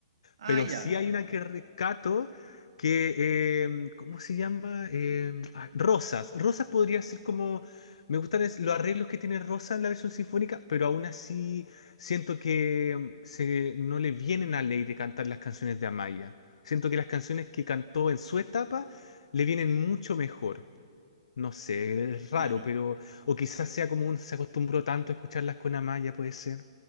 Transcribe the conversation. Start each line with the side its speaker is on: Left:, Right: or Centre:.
Right: Ah,
Left: pero
Right: ya.
Left: sí hay una que rescato que, eh, ¿cómo se llama? Eh, ah, Rosas. Rosas podría ser como, me gustan es- los arreglos que tiene Rosas en la versión sinfónica, pero aún así siento que mm, se, no le vienen al aire cantar las canciones de Amaya. Siento que las canciones que cantó en su etapa le vienen mucho mejor. No sé, es raro,
Right: Claro.
Left: pero. O quizás sea como un, se acostumbró tanto a escucharlas con Amaya, puede ser.